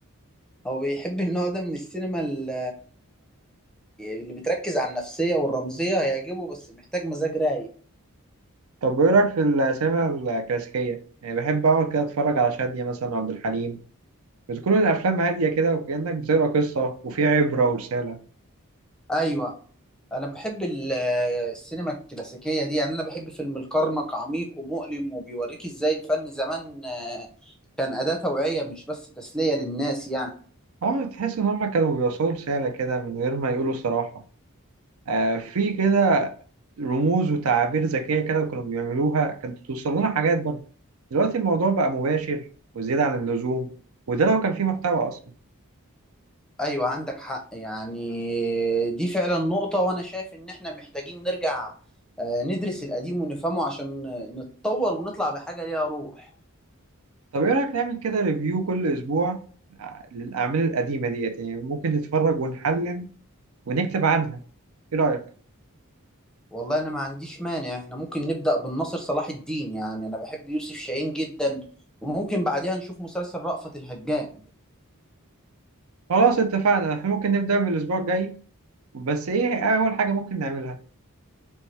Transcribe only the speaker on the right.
طب وإيه رأيك في السينما الكلاسيكية؟ يعني بحب أقعد كده أتفرج على شادية مثلا وعبد الحليم بتكون الأفلام هادية كده وكأنك بتقرأ قصة وفي عبرة ورسالة
أه تحس إن هما كانوا بيوصلوا رسالة كده من غير ما يقولوا صراحة آه في كده رموز وتعابير ذكية كده وكانوا بيعملوها كانت بتوصل لنا حاجات برضه دلوقتي الموضوع بقى مباشر وزيادة عن اللزوم وده لو كان فيه محتوى أصلا
طب ايه رأيك نعمل كده ريفيو كل اسبوع ع- للأعمال القديمة ديت يعني ممكن نتفرج ونحلل ونكتب عنها ايه رأيك
خلاص اتفقنا احنا ممكن نبدأ من الاسبوع الجاي بس ايه اول حاجة ممكن نعملها